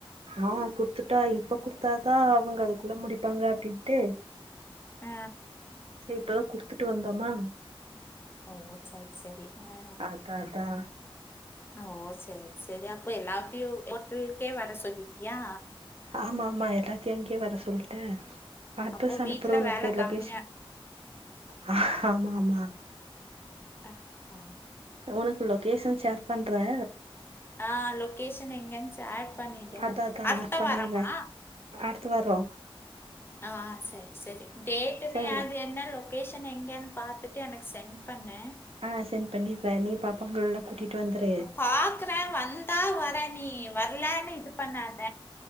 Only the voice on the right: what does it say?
ஆ குடுத்துட்டா இப்ப குடுத்தாதா அவங்க அதுக்குள்ள முடிப்பாங்க அப்டின்ட்டு
செரி இப்பதா குடுத்துட்டு வந்தோமா
அதா அதா
ஆமா ஆமா எல்லாத்தையு அங்கேயே வர சொல்டேன் அட்ரஸ்
அனுப்புறே
உனக்கு
லொகேஷன் ஆ ஆமா ஆமா
உனக்கு லொகேஷன் ஷேர் பண்றே
அதா அதா
பண்ணிருவே
அடுத்த வாரோ
சேர்ண்ண
ஆ சென்ட் பண்ணிருவ நீ பாப்பாங்களல்லா கூட்டிட்டு வந்துரு